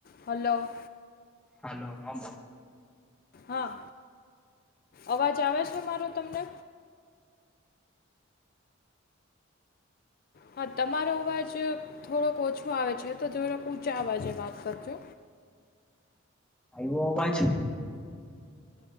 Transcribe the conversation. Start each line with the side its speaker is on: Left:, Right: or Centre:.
Left: Hello-
Centre: hello હા બો.
Left: હા અવાજ આવે છે મારો તમને. હા તમારો અવાજ થોડોક ઓછો આવે છે તો જરા ઊંચા અવાજે વાત કરજો.
Centre: આવ્યો અવાજ.